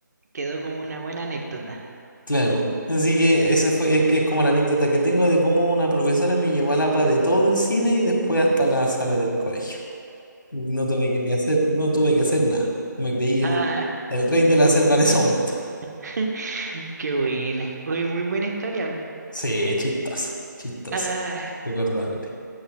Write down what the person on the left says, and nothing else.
Claro. Así que esa fue, es, que es como la anécdota que tengo de cómo una profesora me llevó a la pa de todo el cine y después hasta la sala del colegio. No tuve que ni hacer, no tuve que hacer nada. Me creí
el, el rey de la selva en ese momento. <laughs>
Sí, chistosa, chistosa.
Recordable.